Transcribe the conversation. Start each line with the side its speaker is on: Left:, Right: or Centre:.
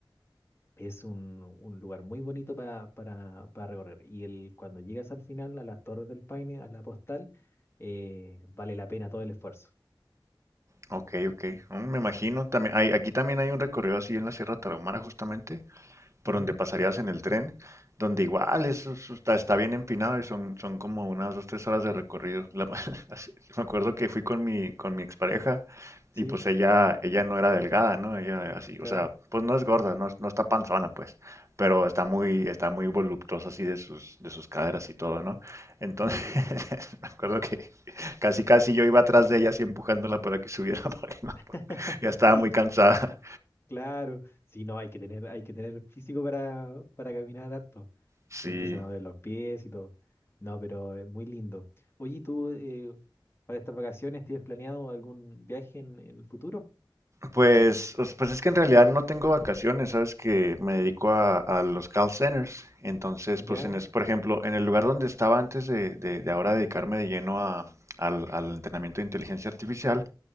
Left: es un, un lugar muy bonito pa- para, para recorrer. Y el, cuando llegas al final, a las Torres del Paine, a la postal, eh, vale la pena todo el esfuerzo.
Right: Ok, ok. Mm, me imagino. También hay, aquí también hay un recorrido así en la Sierra Tarahumara, justamente. por
Left: Ujú,
Right: donde pasarías en el tren, donde igual es- es- está, está bien empinado y son, son como unas dos, tres horas de recorrido. La- <laughs> me acuerdo que fui con mi, con mi expareja
Left: Sí,
Right: y pues ella, ella no era delgada, ¿no? Ella así,
Left: claro.
Right: o sea, pues no es gorda, no, no está panzona, pues, pero está muy, está muy voluptuosa así de sus, de sus caderas y todo, ¿no? Entonces, <laughs> me acuerdo que casi, casi yo iba atrás de ella así empujándola para que subiera <laughs> porque no,
Left: <laughs>
Right: ya estaba muy cansada.
Left: Claro. Sí, no, hay que tener, hay que tener físico para, para caminar harto.
Right: Sí.
Left: Me Empiezan a doler los pies y todo. No, pero es muy lindo. Oye, ¿y ¿tú eh, para estas vacaciones tienes planeado algún viaje en, en el futuro?
Right: Pues, os- pues es que en realidad no tengo vacaciones, sabes que me dedico a, a los call centers. Entonces,
Left: Ya,
Right: pues en es, por ejemplo, en el lugar donde estaba antes de, de- de ahora dedicarme de lleno a- al, al entrenamiento de inteligencia artificial,